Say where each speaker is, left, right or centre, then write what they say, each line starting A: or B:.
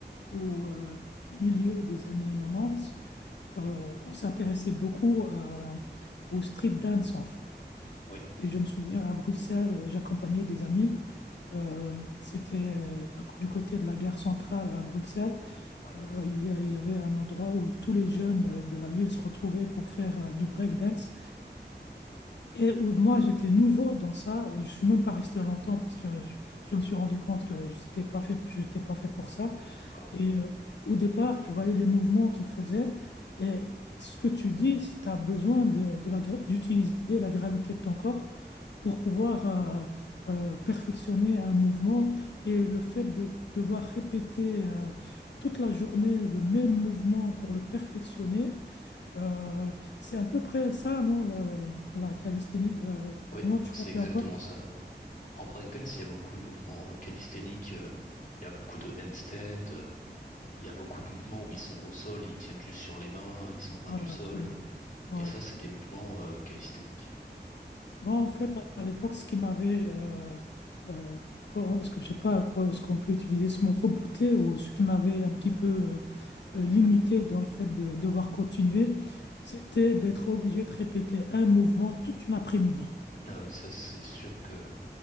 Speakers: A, on the left (about 80°); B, on the left (about 45°).
A: au euh, milieu des années 90, euh, on s'intéressait beaucoup à- au street dance, en fait.
B: Oui,
A: Et je me souviens, à Bruxelles, j'accompagnais des amis. Euh, c'était euh, du côté de la gare centrale à Bruxelles.
B: ouais,
A: Euh, il y, a- il y avait un endroit où tous les jeunes euh, de la ville se retrouvaient pour faire euh, du breakdance. Et où moi, j'étais nouveau dans ça, et je suis même pas resté longtemps parce que je, je me suis rendu compte que je n'étais pas fait, je n'étais pas fait pour ça.
B: d'accord.
A: Et euh, au départ, je voyais les mouvements qu'il faisait. Et ce que tu dis, tu as besoin de, de la, gra- d'utiliser la gravité de ton corps pour pouvoir euh, euh, perfectionner un mouvement. Et le fait de devoir répéter euh, toute la journée le même mouvement pour le perfectionner, euh, c'est à peu près ça, non, le- la calisthénie, la-
B: Oui,
A: comment tu
B: c'est
A: l'appelles
B: exactement
A: encore?
B: ça. En breakdance, il y a beaucoup de mouvements euh, calisthéniques, euh, il y a beaucoup de handstand, euh, Il y a beaucoup de mouvements où ils sont au sol, ils tiennent juste sur les mains, ils sont ras
A: Voilà,
B: du sol.
A: absolument.
B: euh,
A: Ouais.
B: Et ça, c'est des mouvements euh, calisthéniques.
A: Moi, en fait, à l'époque, ce qui m'avait, euh, euh, oh, ce que je sais pas, oh, ce qu'on peut utiliser ce mot rebooté ou ce qui m'avait un petit peu euh, euh, limité
B: Oui.
A: dans le fait de devoir continuer, c'était d'être obligé de répéter un mouvement toute une après-midi.
B: Ah oui, ça, c'est sûr que